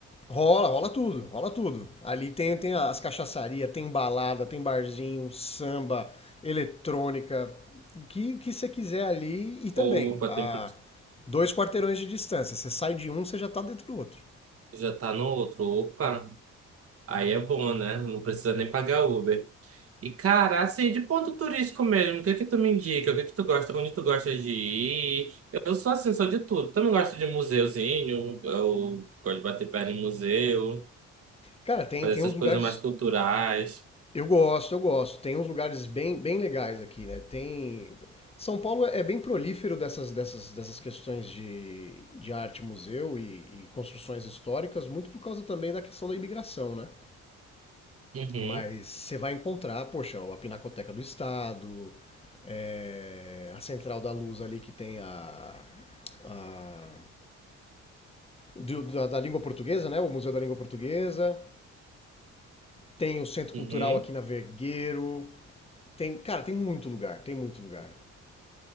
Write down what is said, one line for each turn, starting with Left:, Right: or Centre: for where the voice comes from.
Left: rola, rola tudo, rola tudo. Ali tem, tem as cachaçarias, tem balada, tem barzinho, samba, eletrônica, o que, o que você quiser ali e também
Right: Opa,
Left: a
Right: tem, pro-
Left: dois quarteirões de distância. Você sai de um, você já tá dentro do outro.
Right: já tá no outro. Opa. Aí é bom, né? Não precisa nem pagar Uber. E, cara, assim, de ponto turístico mesmo, o que é que tu me indica? O que é que tu gosta? Onde tu gosta de ir? Eu sou assim, sou de tudo. Também gosto de museuzinho, eu gosto de bater perna em museu,
Left: Cara, tem,
Right: fazer
Left: tem
Right: essas
Left: uns
Right: coisas
Left: lugares.
Right: mais culturais.
Left: Eu gosto, eu gosto. Tem uns lugares bem, bem legais aqui, né? Tem. São Paulo é bem prolífero dessas, dessas, dessas questões de, de arte, museu e, e construções históricas, muito por causa também da questão da imigração, né?
Right: Uhum,
Left: Mas você vai encontrar, poxa, a Pinacoteca do Estado, é, a Central da Luz ali que tem a. a do- da, da língua portuguesa, né? O Museu da Língua Portuguesa. Tem o Centro
Right: uhum.
Left: Cultural aqui na Vergueiro. Tem, cara, tem muito lugar, tem muito lugar.